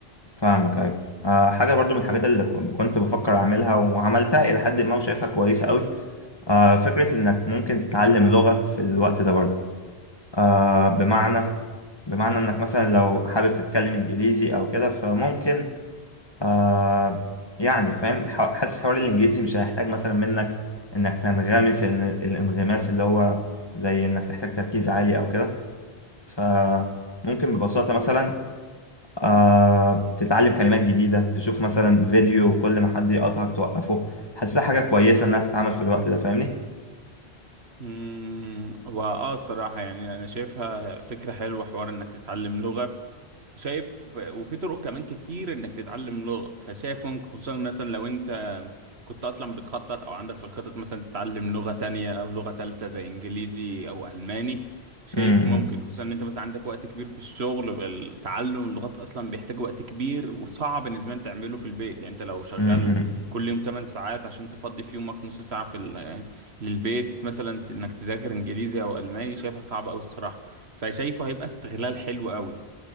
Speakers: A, on the left; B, on the right.
A: فاهمك ايوه آه حاجه برضو من الحاجات اللي كن- كنت بفكر اعملها وعملتها الى حد ما وشايفها كويسه قوي آه فكره انك ممكن تتعلم لغه في الوقت ده برضو آه بمعنى بمعنى انك مثلا لو حابب تتكلم انجليزي او كده فممكن آه يعني فاهم ح- حاسس حوار الانجليزي مش هيحتاج مثلا منك انك تنغمس ال- الانغماس اللي هو زي انك تحتاج تركيز عالي او كده فممكن ببساطة مثلا آه تتعلم كلمات جديدة تشوف مثلا فيديو وكل ما حد يقطعك توقفه حاسسها حاجة كويسة انها تتعمل في الوقت ده فاهمني؟
B: امم واه الصراحة يعني انا شايفها فكرة حلوة حوار انك تتعلم لغة شايف وفي طرق كمان كتير انك تتعلم لغة فشايف ممكن خصوصا مثلا لو انت كنت اصلا بتخطط او عندك في الخطط مثلا تتعلم لغة تانية او لغة تالتة زي انجليزي او الماني شايف
A: م- م-
B: ممكن خصوصا ان انت مثلا عندك وقت كبير في الشغل التعلم اللغات اصلا بيحتاج وقت كبير وصعب بالنسبة لك تعمله في البيت يعني انت لو شغال
A: م- م-
B: كل يوم 8 ساعات عشان تفضي في يومك نص ساعة في ال- للبيت مثلا انك تذاكر انجليزي او الماني شايفها صعبة قوي الصراحة فشايفه هيبقى استغلال حلو قوي